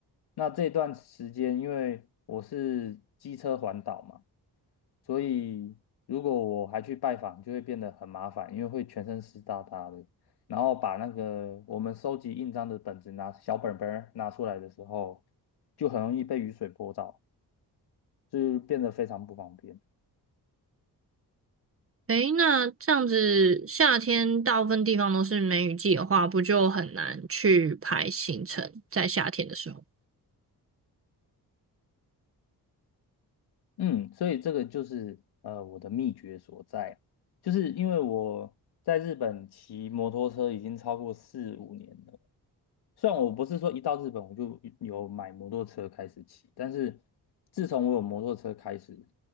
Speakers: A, on the left (about 85°); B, on the right (about 35°).
A: 那这段时间，因为我是机车环岛嘛，所以如果我还去拜访，就会变得很麻烦，因为会全身湿哒哒的。然后把那个我们收集印章的本子拿小本本儿拿出来的时候，就很容易被雨水泼到，就变得非常不方便。
B: 诶，那这样子，夏天大部分地方都是梅雨季的话，不就很难去排行程？在夏天的时候。
A: 嗯，所以这个就是呃我的秘诀所在，就是因为我在日本骑摩托车已经超过四五年了。虽然我不是说一到日本我就有买摩托车开始骑，但是自从我有摩托车开始，